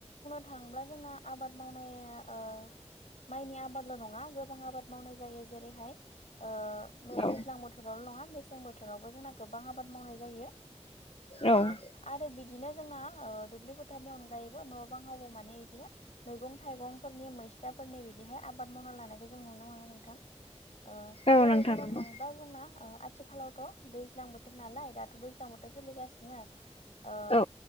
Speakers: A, on the left; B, on the left.
A: थांब्ला जोंना आबाद मावनाया ओ माइनि आबादल' नं। मा गोबां आबाद मावनाय जायो जेरैहाय ओ
B: औ
A: दैज्लां बोथोरावल' नोंङा। मेसें बोथोरावबो जोंना गोबां आबाद मावनाय जायो।
B: औ।
A: आरो बिदिनो जोंना ओ दुब्लि फोथारनि अनगायैबो न' बांआवबो माने इदिनो मैगं थाइगंफोरनि मैस--। सिथाफोरनि बिदिहाय आबाद मावना लानो। खो जों नुनो मोनो नोंथां ओ
B: औ
A: जेरै
B: नोंथां
A: बुंनो
B: नंगौ
A: थांङोबा जोंना ओ अ--। आथिखालावथ' दैज्लां बोथोर नालाय दाथ' दैज्लां बोथोर सोलिगासिनो। ओ
B: औ